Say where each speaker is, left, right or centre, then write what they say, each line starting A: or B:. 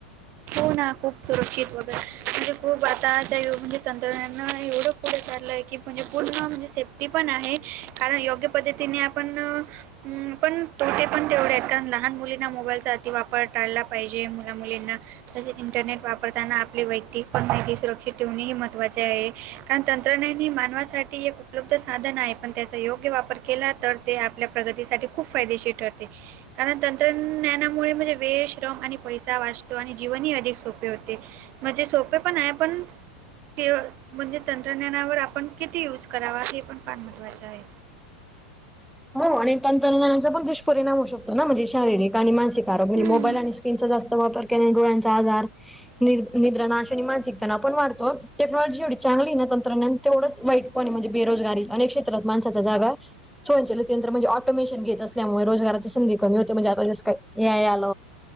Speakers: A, on the right; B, in the centre.
A: हो ना. खूप सुरक्षित वगैरे. खूप म्हणजे खूप. आताच्या म्हणजे तंत्रज्ञान एवढं पुढे चाललंय की म्हणजे पूर्ण म्हणजे सेट- ते पण आहे. कारण योग्य पद्धतीने आपण- हं. पण तोटे पण तेवढे आहेत. कारण लहान मुलींना मोबाईलचा अति वापर टाळला पाहिजे. मुला मुलींना- तसेच इंटरनेट वापरताना आपली वैयक्तिक पण माहिती सुरक्षित ठेवणे ही महत्वाचे आहे. कारण तंत्रज्ञान हे मानवासाठी एक उपलब्ध साधन आहे पण त्या- योग्य वापर केला तर ते आपल्या प्रगतीसाठी खूप फायदेशीर ठरते. कारण तंत्रज्ञानामुळे म्हणजे वेळ श्रम आणि पैसा वाचतो आणि जीवनही अधिक सोपे होते. म्हणजे सोपे पण आहे पण- ते म्हणजे तंत्रज्ञानावर आपण किती युज करावा? हे पण फार महत्त्वाचे आहे.
B: हो. आणि तंत्रज्ञानाचा पण दुष्परिणाम होऊ शकतो ना? म्हणजे शारीरिक आणि मानसिक- स म्हणजे
A: हम्म
B: मोबाईल आणि स्क्रीनचा जास्त वापर केल्या डोळ्यांचा आजार नि निद्रा नाश आणि मानसिक तणावं पण वाढतो. टेक्नॉलॉजी एवढी चांगली ए ना तंत्रज्ञान- तेवढंच वाईटपण ए. म्हणजे बेरोजगारी. अनेक क्षेत्रात माणसाच्या जागा स्वयंचलित म्हणजे ऑटोमेशन घेत असल्यामुळे रोजगाराची संधी कमी होते. म्हणजे आता जस काय ए आय आल